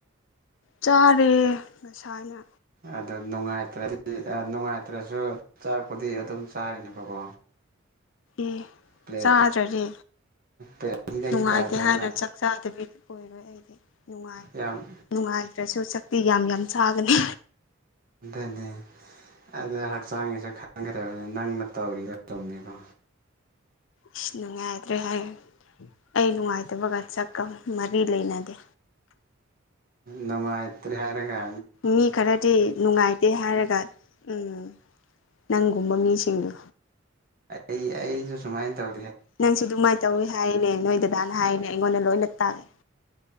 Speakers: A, on the left; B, on the right.
A: ꯆꯥꯔꯦ ꯃꯁꯥꯅ
B: ꯑꯗꯨ ꯅꯨꯡꯉꯥꯏꯇ꯭ꯔ ꯅꯨꯡꯉꯥꯏꯇ꯭ꯔꯁꯨ ꯆꯥꯛꯄꯨꯗꯤ ꯑꯗꯨꯝ ꯆꯥꯔꯤꯅꯦꯕꯀꯣ
A: ꯑꯦ
B: ꯄ꯭ꯂꯦꯠ
A: ꯆꯥꯗ꯭ꯔꯗꯤ
B: ꯄ꯭ꯂꯦꯠ ꯑꯅꯤꯗꯒꯤ
A: ꯅꯨꯡꯉꯥꯏꯇꯦ
B: ꯇꯥꯗꯦꯕ
A: ꯍꯥꯏꯅ ꯆꯥꯛ ꯆꯥꯗꯕꯤꯗꯤ ꯑꯣꯏꯔꯣꯏ ꯑꯩꯗꯤ ꯅꯨꯡꯉꯥꯏꯅꯨꯡꯉ
B: ꯌꯥꯝ
A: ꯉꯥꯏꯈ꯭ꯔꯁꯨ ꯁꯛꯇꯤ ꯌꯥꯝ ꯌꯥꯝ ꯆꯥꯒꯅꯤ
B: ꯑꯅꯤ ꯑꯗ ꯍꯛꯆꯥꯡꯒꯤꯁꯦ ꯈꯪꯈ꯭ꯔꯕꯅꯤ ꯅꯪꯅ ꯇꯧꯔꯤꯒ ꯆꯨꯝꯃꯤꯀꯣ
A: ꯏꯁ ꯅꯨꯡꯉꯥꯏꯇ꯭ꯔꯦ ꯍꯥꯏ ꯑꯩ ꯅꯨꯡꯉꯥꯏꯇꯕꯒ ꯆ ꯃꯔꯤ ꯂꯩꯅꯗꯦ
B: ꯅꯃꯥꯏꯇꯔꯤ ꯌꯥꯔꯒ
A: ꯃꯤ ꯈꯔꯗꯤ ꯅꯨꯡꯉꯥꯏꯇꯦ ꯍꯥꯏꯔꯒ ꯎꯝ ꯅꯪꯒꯨꯝꯕ ꯃꯤꯁꯤꯡꯗꯣ
B: ꯑꯩ ꯑꯩꯁꯨ ꯁꯨꯃꯥꯏꯅ ꯇꯧ
A: ꯅꯪꯁꯨ ꯑꯗꯨꯃꯥꯏꯅ ꯇꯧꯋꯤ ꯍꯥꯏꯅꯦ ꯅꯣꯏ ꯗꯗꯥꯅ ꯍꯥꯏꯔꯤꯅꯦ ꯑꯩꯉꯣꯟꯗ ꯂꯣꯏꯅ ꯇꯥꯒꯦ